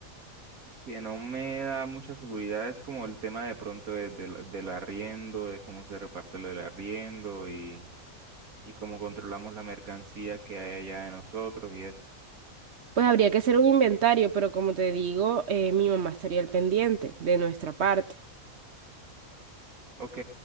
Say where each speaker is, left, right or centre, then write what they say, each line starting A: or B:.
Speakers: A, on the right; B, on the right.
A: que no me da mucha seguridad es como el tema de pronto de- de- del arriendo, de cómo se reparte lo del arriendo y, y cómo controlamos la mercancía que hay allá de nosotros y eso.
B: Pues habría que hacer un inventario, pero como te digo, eh, mi mamá estaría al pendiente de nuestra parte.
A: Ok,